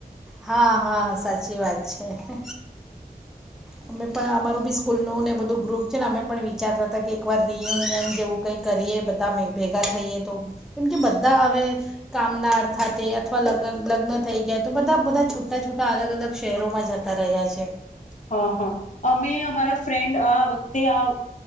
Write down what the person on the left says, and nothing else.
હા હા અમે અમારા ફ્રેન્ડ આ વખ વતે આ